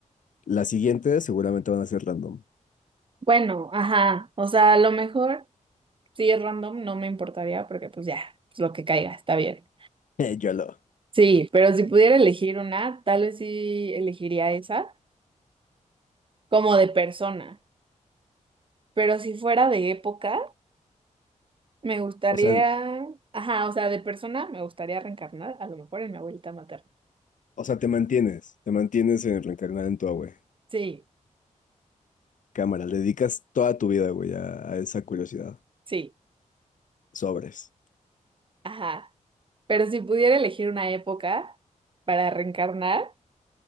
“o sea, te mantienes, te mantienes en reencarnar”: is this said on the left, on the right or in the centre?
Left